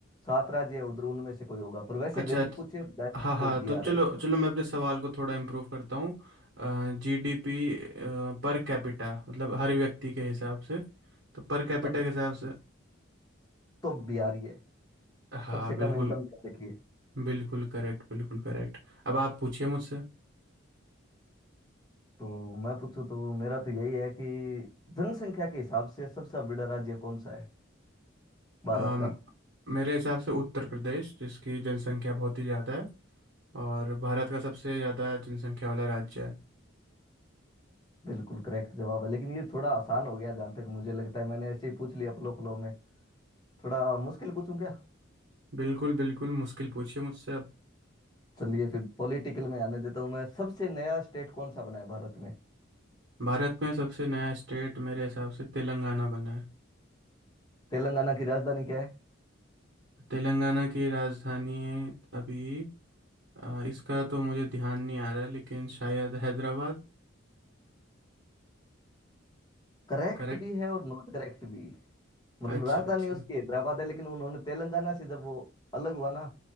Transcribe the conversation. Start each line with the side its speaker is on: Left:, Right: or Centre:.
Left: सात राज्य है उधर उनमें से कोई होगा पर वैसे
Right: अच्छा
Left: गरीब
Right: अच्छा,
Left: पूछे direct
Right: हाँ हाँ
Left: तो बिहार
Right: तो चलो
Left: है
Right: चलो मैं अपने सवाल को थोड़ा इम्प्रूव करता हूँ जीडीपी पर कैपिटा मतलब हर व्यक्ति के हिसाब से तो पर कैपिटा
Left: तब
Right: के हिसाब से
Left: तो बिहार ही है
Right: हाँ
Left: सबसे
Right: बिल्कुल
Left: कम इनकम बिहार की
Right: बिल्कुल करेक्ट बिल्कुल करेक्ट अब आप पूछिए मुझसे
Left: तो मैं पूछूं तो मेरा तो यही है कि जनसंख्या के हिसाब से सबसे बड़ा राज्य कौन सा है भारत
Right: अम,
Left: का
Right: मेरे हिसाब से उत्तर प्रदेश जिसकी जनसंख्या बहुत ही ज़्यादा है और भारत का सबसे ज़्यादा जनसंख्या वाला राज्य है
Left: बिल्कुल करेक्ट जवाब है लेकिन ये थोड़ा आसान हो गया जहाँ तक मुझे लगता है मैंने ऐसे ही पूछ लिया फ्लो फ्लो में थोड़ा मुश्किल पूछूं क्या
Right: बिल्कुल बिल्कुल मुश्किल पूछिए मुझसे अब
Left: चलिए फिर पॉलिटिकल में आने देता हूँ मैं सबसे नया स्टेट कौन सा बना है भारत में
Right: भारत में सबसे नया स्टेट मेरे हिसाब से तेलंगाना बना है
Left: तेलंगाना की राजधानी क्या है
Right: तेलंगाना की राजधानी है अभी अ, इसका तो मुझे ध्यान नहीं आ रहा लेकिन शायद हैदराबाद
Left: करेक्ट
Right: करेक्ट
Left: भी है और नॉट करेक्ट भी मतलब
Right: अच्छा
Left: राजधानी
Right: अच्छा
Left: उसकी हैदराबाद है लेकिन उन्होंने तेलंगाना से जब वो अलग हुआ ना